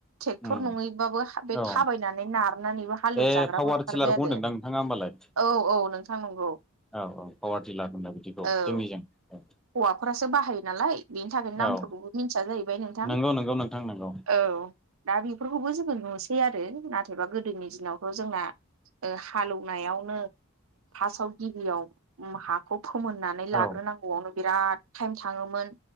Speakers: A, on the right; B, in the centre.
A: ट्रेक्टर
B: उम
A: नङै हबाबो बे
B: औ
A: थाबायनानै नारनानैबो हालेवजाग्राबो
B: ए पावार
A: ओंखारबाय
B: टिलारखौ
A: आरो
B: होनदोंदां नोंथाङा होमबालाय
A: औ औ नोंथां नंगौ
B: औ औ पावार डिलार होनो बिदिखौ
A: औ
B: जोंनिजों औ
A: हौवाफोरासो बाहायो नालाय बेनि थाखायनो नामफोरखौबो
B: औ
A: मिथिया जाहैबाय नोंथां
B: नंगौ नंगौ नोंथां नंगौ
A: औ दा बेफोरखौबो जोङो नुसै आरो नाथायबा गोदोनि दिनावथ' जोंना ओ हालेवनायावनो फार्स्टआव गिबियाव ओम हाखौ फोमोननानै लाग्रोनांगौआवनो
B: औ
A: बिराद टाइम थाङोमोन